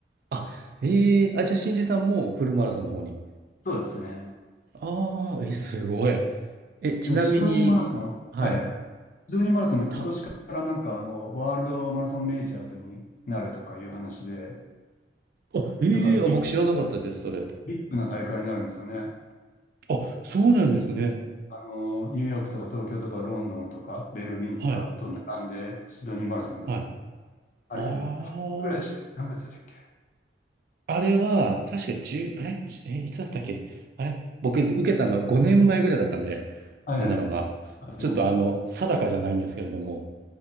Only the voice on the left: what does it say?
そうですね。
でも、シドニーマラソン、
はい。シドニーマラソンって今年からなんか、
あの、ワールドマラソンメジャーズになるとかいう話で、
なんかビッ、
ビッグな大会になるんですよね。
あの、ニューヨークとか東京とかロンドンとかベルリンとかと並んでシドニーマラソンが、
あれ、
8ぐらいでしたっけ何月でしたっけ
はいはい。
あ、でも、